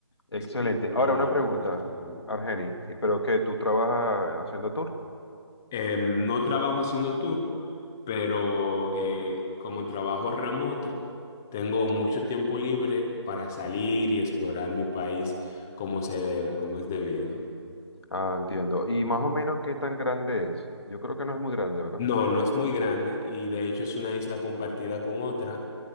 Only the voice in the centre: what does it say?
Es un problema
que recibo.
Eh, no trabajo haciendo tour, pero eh, como trabajo remoto, tengo mucho
tiempo libre para salir y explorar mi país como se debe, como es debido.
No, no es muy grande y de hecho es una isla compartida con otra.